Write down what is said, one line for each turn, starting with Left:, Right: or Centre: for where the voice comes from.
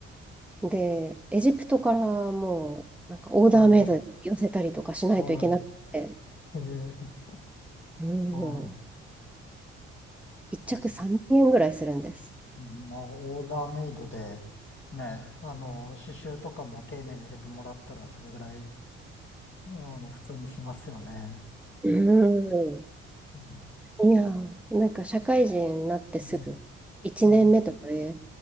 Centre: で、エジプトからもう、なんかオーダーメイドで寄せたりとかしないといけなくて、
Left: はい、はい、え
Centre: うん、
Left: ー、は
Centre: 1着3万円ぐらいするんです。
Left: い。まあ、オーダーメイドで、ね、あの、刺繍とかも丁寧に入れてもらったら、それぐらい、あの、普通にしますよね。
Centre: うん。
Left: うん。
Centre: いやー、なんか社会人になってすぐ、
Left: で、
Centre: 1年目とかで
Left: はい。